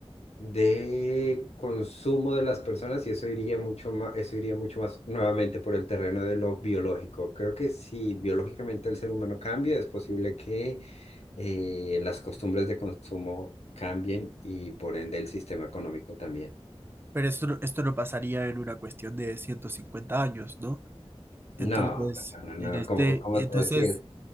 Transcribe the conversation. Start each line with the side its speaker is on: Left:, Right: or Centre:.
Left: de consumo de las personas y eso iría mucho más, eso iría mucho más nuevamente por el terreno de lo biológico. Creo que si biológicamente el ser humano cambia, es posible que eh, las costumbres de consumo cambien y por ende el sistema económico también.
Right: pero esto, no- esto no pasaría en una cuestión de 150 años, ¿no? Entonces,
Left: No, no, no,
Right: en este,
Left: no, como, como
Right: entonces,
Left: te decía,